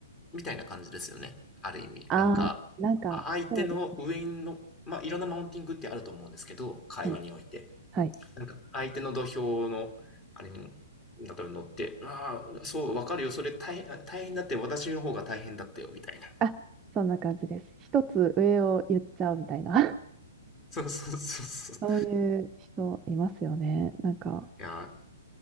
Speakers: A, on the left (about 20°); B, on the right (about 20°).
A: みたいな感じですよね。ある意味。
B: ああ、
A: なんか、
B: なんか、
A: 相手の上の、
B: そうですね。
A: まあ、いろんなマウンティングってあると思うんですけど、会話において。
B: はい。はい。
A: なんか、相手の土俵の、あれに、だから乗って、ああ、そう、わかるよ。それ大変、大変だって、私の方が大変だったよ、みたいな。
B: あ、そんな感じです。一つ上を言っちゃうみたいな。
A: そうそうそうそう。
B: <laughs> そういう人いますよね。なんか
A: いや、